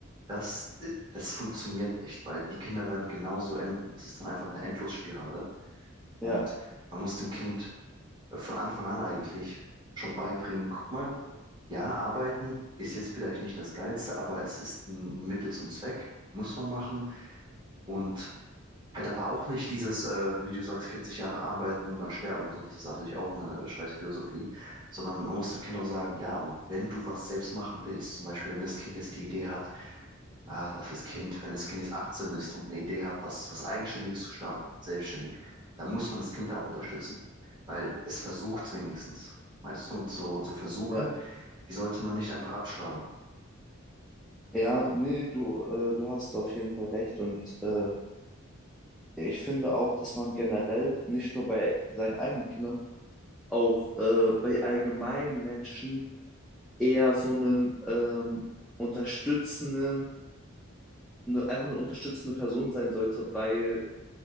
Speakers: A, on the right (about 20°); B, in the centre.
A: Das, das funktioniert nicht, weil die Kinder werden genauso enden. Das ist dann einfach eine Endlosspirale und
B: Ja,
A: man muss dem Kind von Anfang an eigentlich schon beibringen. Guck mal, ja, arbeiten ist jetzt vielleicht nicht das Geilste, aber es ist ein Mittel zum Zweck, muss man machen. Und halt aber auch nicht dieses, äh, wie du sagst, 40 Jahre arbeiten und dann sterben. So, das ist natürlich auch eine scheiß Philosophie, sondern man muss dem Kind auch sagen, ja, und wenn du was selbst machen willst, zum Beispiel, wenn das Kind jetzt die Idee hat, ah, was heißt Kind, wenn das Kind jetzt 18 ist und eine Idee hat, was, was Eigenständiges zu starten, selbstständig, dann muss man das Kind da auch unterstützen, weil es versucht es wenigstens, weißt du, und so, so Versuche,
B: ja.
A: die sollte man nicht einfach abschlagen.
B: Ja, nee, du, äh, du hast auf jeden Fall recht. Und äh, ich finde auch, dass man generell nicht nur bei seinen eigenen Kindern, auch äh, bei allgemeinen Menschen eher so einen ähm, unterstützenden, ne, einfach eine unterstützende Person sein sollte, weil